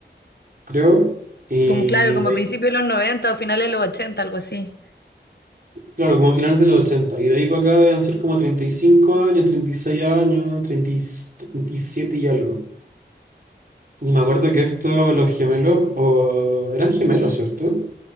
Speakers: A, on the right; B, on the left.
A: creo. Y
B: como claro, como
A: de ahí
B: a principios de los 90 o finales de los 80, algo así.
A: Claro, como a finales de los ochenta Y de ahí para acá deben ser como 35 años, 36 años, treinta y- 37 y algo. Y me acuerdo que estos, los gemelos, o eran gemelos, ¿cierto?